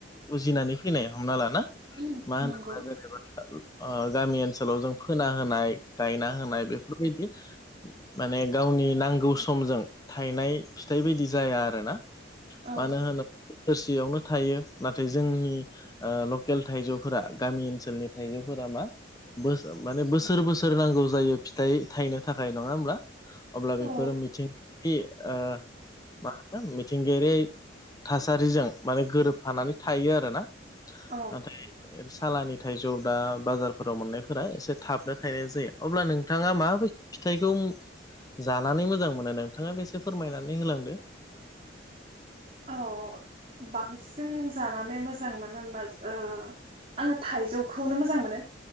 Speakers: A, on the left; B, on the right.
A: उजिनानै फैनाय हमना लाना
B: उम
A: मा होन
B: नंगौ
A: <unintelligible> ओ गामि ओनसोलाव जों फोना होनाय गायना होनाय बेफोरबायदि माने गावनि नांगौ समजों थायनाय फिथाइ बायदि जाया आरो ना
B: औ
A: मानो होनोब्ला सेयावनो थायो नाथाय जोंनि ओ लकेल थाइजौफोरा गामि ओनसोलनि थाइजौफोरा मा बो माने बोसोर बोसोर नांगौ जायो फिथाइ थायनो थाखाय नङा होमब्ला अब्ला
B: औ
A: बेफोरो मिथिंगायारि ओ मा होनो मिथिंगायारि थासारिजों माने गोरोबफानानै थायो आरोना
B: औ
A: नाथाय सालानि थाइजौ दा बाजारफोराव मोननायफोरा एसे थाबनो थायनाय जायो अब्ला नोंथाङा माबाय फिथाइखौ जानानै मोजां मोनो नोंथाङाबो एसे फोरमायनानै होलांदो
B: औ बांसिन जानानै मोजां मानो होनबा ओ आङो थाइजौखौनो मोजां मोनो